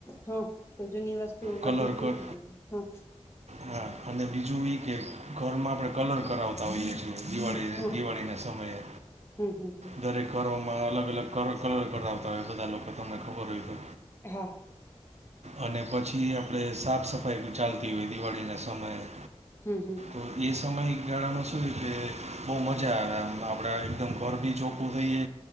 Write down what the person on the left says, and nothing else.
હા તો જૂની વસ્તુ
બધી ફેકી
દે હા
હા
હમ હમ હમ
હા
હમ હમ